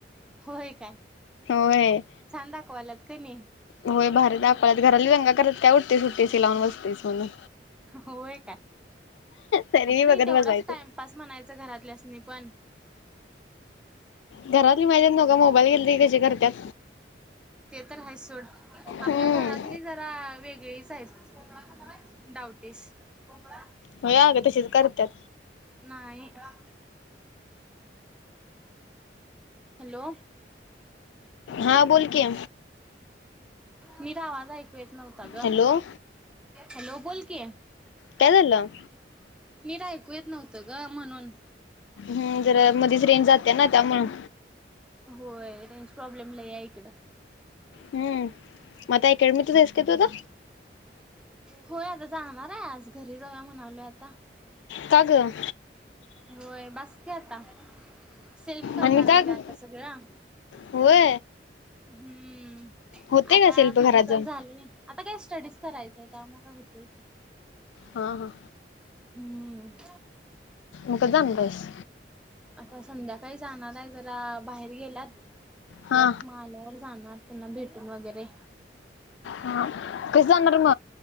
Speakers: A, in the centre; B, on the left (about 85°).
A: होय काय.
B: होय.
A: छान दाखवाल्यात कणी.
B: होय भारी दाखवाल्यात, घरातली दंगा कराल्यात काय उठतयीस सुटतयीस ते लावून बसतयीस म्हणून.
A: होय काय,
B: तरी
A: असुदे
B: बी
A: की
B: बघत
A: तेवढाच
B: बसायचं
A: टाईम पास म्हणायचं घरातल्यासनी पण.
B: घरातली माझ्या माझा मोबाईल घेतलं की कशी करत्यात.
A: ते तर आहेच सोड आपल्या
B: हम्म
A: घरातली जरा वेगळीच हायीत भोपळा खाणार आहेस, गवटीच भोपळा.
B: होय अगं तशीच करत्यात.
A: नाही भोपळा. हॅलो.
B: हां बोलकी.
A: नीट आवाज ऐकू येतं नव्हता गं,
B: हॅलो
A: हॅलो बोल की.
B: काय झालं?
A: नीट ऐकू येतं नव्हतं गं म्हणून.
B: हम् जरा मधीच रेंज जातीया ना त्यामुळं.
A: होय रेंज प्रॉब्लेम लय हाय इकडं.
B: हम्म म आता अकॅडमीतच आहेस काय तू आता?
A: होय अगं जाणार आहे, आज घरी जाऊया म्हणालोय आता.
B: का ग
A: होय बास की आता. सेल्फ करणार
B: आणि का
A: आहे गं
B: ग
A: आता सगळं.
B: होय
A: हम्म
B: होते
A: आता
B: का शिल्प
A: फिजिक
B: घरात जाऊन
A: ली आता काय स्टडीच करायचंय त्यामुळं हुतयं की.
B: हा हा.
A: हम्म.
B: उगाच आणला आहेस.
A: आता संध्याकाळी जाणार आहे जरा बाहेर गेल्यात.
B: हा
A: तर म आल्यावर जाणार त्यांना भेटून वगैरे.
B: ह कसं जाणार म